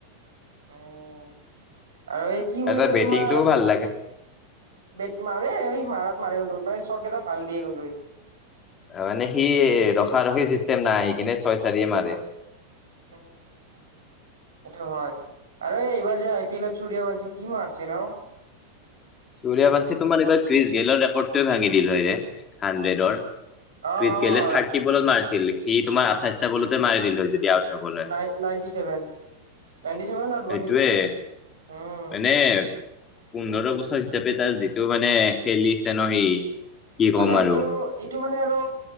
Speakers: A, on the right; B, on the left.
A: অহ। আৰু এই কি বুলি
B: তাৰ
A: কয়
B: বেটিংটোও
A: তোমাৰ
B: ভাল লাগে
A: বে তোমাৰ, এই মাৰাত -মাৰে কিন্ত মানে চৰ্টকেইটা ভাল দিয়ে কিন্তু সি।
B: মানে সি ৰখা ৰখি চিষ্টেম নাই। আহি কিনে ছয় -চাৰিয়ে মাৰে।
A: <unintelligible> এইটো হয়, আৰু এই -এইবাৰ যে আই পি এল এত সূৰয়াবংঞ্চি কি মাৰছে ন?
B: সূৰয়াবংঞ্চি তোমাৰ এবাৰ গ্ৰিছগেলৰ ৰেকৰ্ডটোৱে ভাঙি দিল হয় ৰে।
A: অ'।
B: হাড্ৰেডৰ।
A: অ',
B: গ্ৰিছগেলে
A: অ',
B: থাৰ্টি বলত মাৰিছিল। সি তোমাৰ আঠাইছটা বলতে মাৰি দিল হয়, যদি আউট নগ'ল হয়
A: না- নাই- নাইনটি চেভেন। নাইনটি চেভেনত আউট গল
B: সেইটোয়ে
A: সি? <unintelligible>
B: মানে পোন্ধৰ বছৰ হিচাপে তাৰ যিটো মানে খেলিছে ন সি কি ক'ম
A: মানে এইটো,
B: আৰু
A: এইটো মানে আৰু,